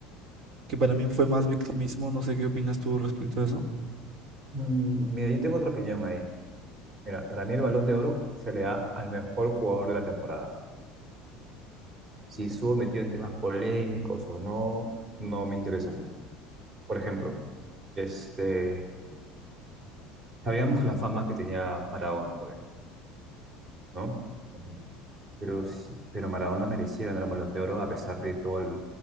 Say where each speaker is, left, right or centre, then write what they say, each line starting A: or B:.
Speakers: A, on the right (about 45°); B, on the right (about 25°).
A: que para mí fue más victimismo, no sé qué opinas tú respecto a eso.
B: Mm, Mira, yo tengo otra opinión ahí. Mira, para mí el Balón de Oro se le da al mejor jugador de la temporada. Si estuvo metido en temas polémicos o no, no me interesa a mí. Por ejemplo, este, sabíamos la fama que tenía Maradona, por ejemplo. ¿no? Ujú. Pero, sí- pero Maradona merecía ganar un Balón de Oro a pesar de todo el,